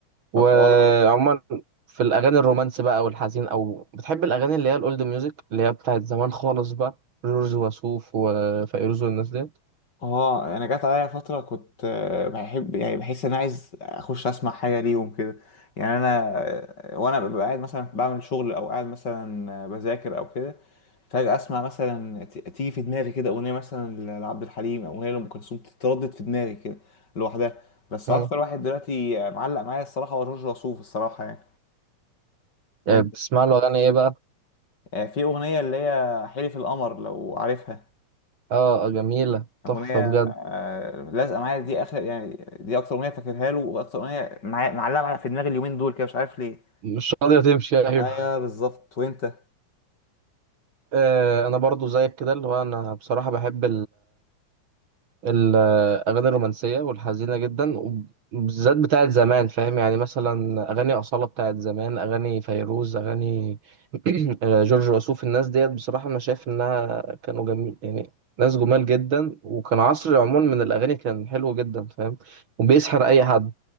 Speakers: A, on the right; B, on the left.
A: وعموما
B: فالحوار
A: في الاغاني الرومانس بقى والحزين او بتحب الاغاني اللي هي الاولد ميوزك اللي هي بتاعت زمان خالص بقى جورج وسوف وفيروز والناس ديت
B: اه انا جات عليا فتره كنت آه، بحب يعني بحس ان انا عايز اخش اسمع حاجه ليهم كده يعني انا آه، وانا ببقى قاعد مثلا بعمل شغل او قاعد مثلا آه، بذاكر او كده فجاه اسمع مثلا ت- تيجي في دماغي كده اغنيه مثلا ل- لعبد الحليم او اغنيه لام كلثوم تتردد في دماغي كده لوحدها بس
A: مم.
B: اكتر واحد دلوقتي آه، معلق معايا الصراحه هو جورج وسوف الصراحه يعني وانت
A: يعني بتسمع له اغاني ايه بقى
B: آه، في اغنيه اللي هي حلف القمر لو عارفها
A: اه جميله
B: أغنية
A: تحفه بجد
B: آه، لازقة معايا دي آخر يعني دي أكتر أغنية فاكرها له وأكتر أغنية معايا- معلقة معايا في دماغي اليومين دول كده مش عارف ليه
A: مش راضيه تمشي ايوه
B: ايوه بالظبط وأنت
A: آه، انا برضو زيك كده اللي هو انا بصراحه بحب الأغاني الرومانسية والحزينة جدا وبالذات بتاعت زمان فاهم يعني مثلا أغاني أصالة بتاعت زمان أغاني فيروز أغاني <clears throat> جورج وسوف الناس ديت بصراحة أنا شايف إنها كانوا جميل يعني ناس جمال جدا وكان عصر عموما من الأغاني كان حلو جدا فاهم وبيسحر أي حد